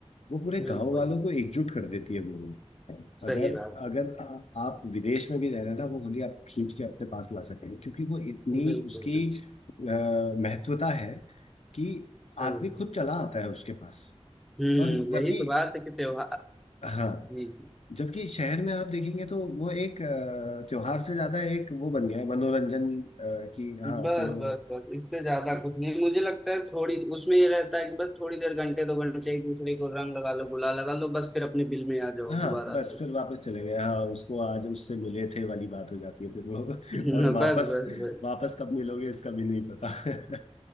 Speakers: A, on the left; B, in the centre.
A: वो पूरे
B: बिल्कुल
A: गांव वालों को एकजुट कर देती है वो होली
B: सही
A: अगर
B: बात
A: अगर आ, आप विदेश में भी रह रहे हैं ना वो होली आप खींच के अपने पास ला सकते हैं क्योंकि वो इतनी
B: बिल्कुल
A: उसकी
B: बिल्कुल
A: अ, महत्वता है कि आदमी
B: सही
A: खुद
B: बात।
A: चला आता है उसके पास
B: हम्म
A: और जबकि
B: यही तो बात है कि त्योहार
A: हाँ
B: जी जी।
A: जबकि शहर में आप देखेंगे तो वो एक अ, त्योहार से ज्यादा एक वो बन गया है मनोरंजन अ, कि हाँ
B: बस
A: चलो
B: बस बस इससे ज्यादा कुछ नहीं मुझे लगता है थोड़ी उसमें ये रहता है कि बस थोड़ी देर घंटे दो घंटे एक दूसरे को रंग लगा लो गुलाल लगा लो बस फिर अपने बिल में आ जाओ
A: हाँ
B: दोबारा
A: बस
B: से
A: फिर वापस चले गए हाँ उसको आज उससे मिले थे वाली बात हो जाती है फिर वो
B: <laughs>
A: <laughs> और वापस
B: बस बस बस
A: वापस कब मिलोगे इसका भी नहीं पता <laughs>